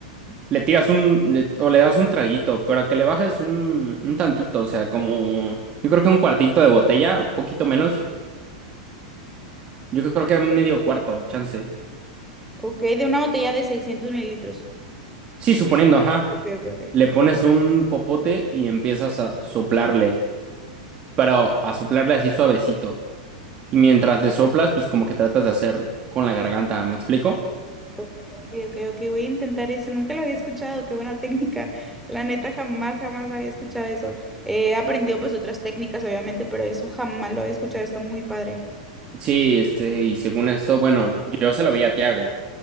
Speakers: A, on the right; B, in the centre.
A: Le tiras un, le- o le das un traguito, pero que le bajes un, un tantito, o sea, como, yo creo que un cuartito de botella, un poquito menos, yo creo que un medio cuarto, chance.
B: Ok, de una botella de 600 mililitros.
A: Sí, suponiendo, ajá,
B: Ok, ok,
A: le pones un popote y empiezas a soplarle, pero a soplarle así suavecito. Y
B: ok.
A: mientras le soplas, pues como que tratas de hacer con la garganta, ¿me explico?
B: Ok, ok, ok, voy a intentar eso. Nunca lo había escuchado, qué buena técnica. La neta, jamás, jamás había escuchado eso. Eh, He aprendido pues otras técnicas, obviamente, pero eso jamás lo había escuchado. Está muy padre.
A: Sí, este, y según esto, bueno, yo se lo vi a Tiago.